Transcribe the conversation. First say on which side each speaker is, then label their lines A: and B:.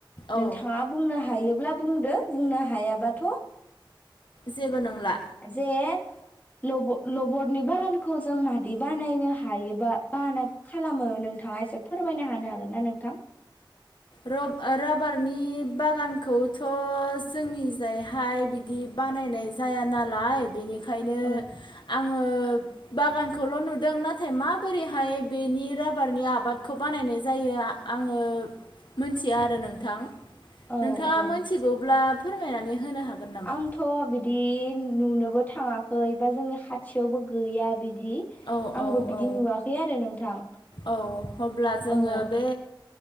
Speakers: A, on the left; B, on the left.
A: औ
B: नोंथाङा बुंनो हायोब्ला बुंदो बुंनो हायाबाथ'
A: जेबो नंला।
B: जे लब लबरनि बारनखौ जों मादै बानायनो हायोबा बाहाना खालामो नोंथाङा एसे फोरमायनो होनो हागोन ना नोंथां?
A: रब ओ राबारनि बागानखौथ' जोंनिजायहाय बिदि बानायनाय जाया नालाय बेनिखा यनो
B: औ
A: आङो ओ बागानखौल' नुदों नाथाय माबोरैहाय बेनि राबारनि आबादखौ बानायनाय जायो आङो मिथिया आरो नोंथां।
B: औ
A: नोंथाङा
B: औ
A: मिथिगौब्ला फोरमायनानै होनो हागोन नामा?
B: आंथ' बिदि नुनोबो थाङाखै बा जोंनि खाथियावबो गैया बि दि
A: औ
B: आंबो
A: औ
B: बिदि
A: औ
B: नुवाखै आरो नोंथां
A: औ अब्ला जोङो
B: औ।
A: बे